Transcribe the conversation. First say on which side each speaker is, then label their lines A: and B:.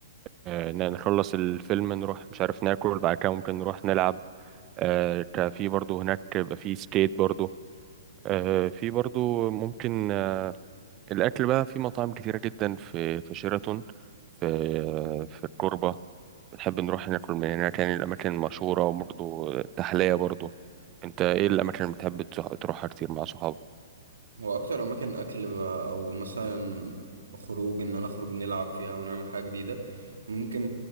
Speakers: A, on the right; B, on the right.
A: آه، ن- نخلص الفيلم نروح مش عارف ناكل بعد كده ممكن نروح نلعب آه، ك- في برضو هناك بيبقى في سكيت برضو آه، في برضو ممكن آه، الأكل بقى في مطاعم كتيرة جدا في في شيراتون في آه، في الكوربة بنحب نروح ناكل من هناك يعني الأماكن المشهورة وبرضو تحلية برضو أنت إيه الأماكن اللي بتحب تروح- تروحها كتير مع صحابك؟
B: هو اكتر اماكن اكل بقى او مثلا خروج ان انا اخرج نلعب فيها ونعمل حاجه جديده ممكن